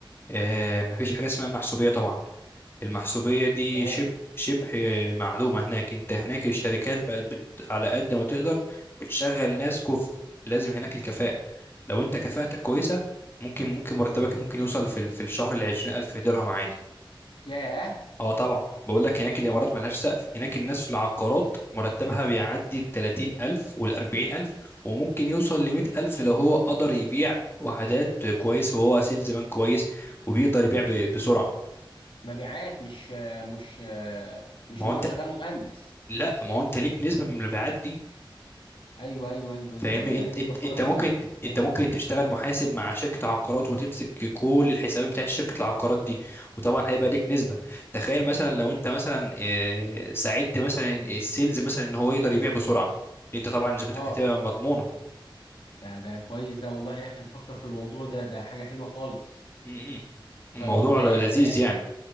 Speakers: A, on the left; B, on the left.
A: آه مفيش حاجه اسمها محسوبيه طبعا المحسوبيه دي
B: تمام
A: شبه شبه معدومه هناك انت هناك الشركات بقت بت... على قد ما تقدر بتشغل ناس كفء لازم هناك الكفاءه لو انت كفاءتك كويسه ممكن ممكن مرتبك ممكن يوصل في ال... في الشهر ل 20000 درهم عادي
B: ياه
A: اه طبعا بقول لك هناك الامارات ملهاش سقف هناك الناس في العقارات مرتبها بيعدي ال 30000 وال 40000 وممكن يوصل ل 100000 لو هو قدر يبيع وحدات كويس وهو سيلز مان كويس وبيقدر يبيع ب- بسرعه
B: مبيعات مش آه، مش آه، مش
A: ما
B: ان
A: هو
B: هو
A: انت
B: شغال مهندس
A: لا ما هو انت ليك نسبه من المبيعات دي
B: ايوه ايوه ايوه أيوة،
A: فاهمني
B: ده ده
A: انت
B: حلو
A: انت
B: خالص
A: انت ممكن
B: يا اخي
A: انت
B: حلو.
A: ممكن تشتغل محاسب مع شركه عقارات وتمسك كل الحسابات بتاعت شركه العقارات دي وطبعا هيبقى ليك نسبه تخيل مثلا لو انت مثلا آه، ساعدت مثلا السيلز مثلا ان هو يقدر يبيع بسرعه انت طبعا نسبتك
B: اه
A: هتبقى مضمونه
B: ده ده كويس ده والله يا اخي نفكر في الموضوع ده ده حاجة حلوة خالص
A: م- م. الموضوع
B: طيب تمام
A: لذيذ
B: ماشي
A: يعني